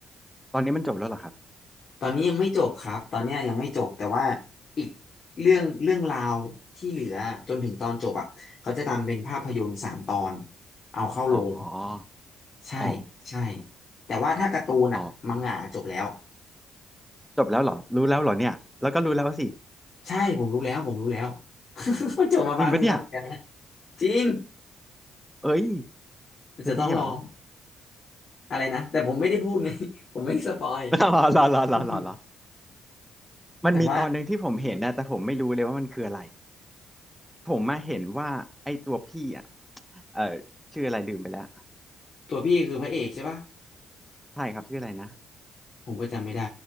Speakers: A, in the centre; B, on the left (about 50°).
A: ตอนนี้มันจบแล้วเหรอครับ
B: <laughs> ตอนนี้ยังไม่จบครับตอนเนี้ยยังไม่จบแต่ว่าอีกเรื่องเรื่องราวที่เหลือจนถึงตอนจบอ่ะเขาจะทำเป็นภาพยนตร์สามตอนเอาเข้าโรง
A: อ๋อ
B: ใช่
A: อ๋อ
B: ใช่แต่ว่าถ้าการ์ตูนอ่ะมังงะจบแล้ว
A: อ๋อจบแล้วเหรอรู้แล้วเหรอเนี่ยแล้วก็รู้แล้วสิ
B: ใช่ผมรู้แล้วผมรู้แล้ว <laughs> มันจบมาพักหนึ่งแล้วเหมือนกันนะ
A: จริงปะเนี่ย
B: จริง
A: เอ้ย
B: อาจจะต้องลอง
A: จะดีเหรอ <laughs>
B: อะไรนะแต่ผมไม่ได้พูดไง <laughs> ผมไม่ได้สปอย
A: รอรอรอรอรอรอ
B: <laughs>
A: มันมีตอนหนึ่งที่ผมเห็นนะแต่ผมไม่รู้เลยว่ามันคืออะไร
B: แต่ว่า
A: ผมมาเห็นว่าไอ้ตัวพี่อ่ะเออชื่ออะไรลืมไปแล้ว
B: ตัวพี่คือพระเอกใช่ปะ
A: ใช่ครับชื่ออะไรนะ
B: ผมก็จำไม่ได้